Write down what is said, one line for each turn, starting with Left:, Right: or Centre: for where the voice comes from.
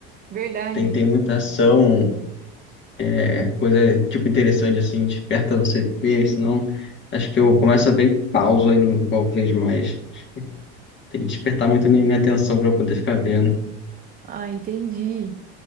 Right: Verdade.
Left: Tem que ter muita ação, É coisa, tipo, interessante, assim, desperta você ver, senão acho que eu começo a ver e pauso aí no qual vejo mais. Tem que despertar muito minha, minha atenção pra eu poder ficar vendo.
Right: Ah, entendi.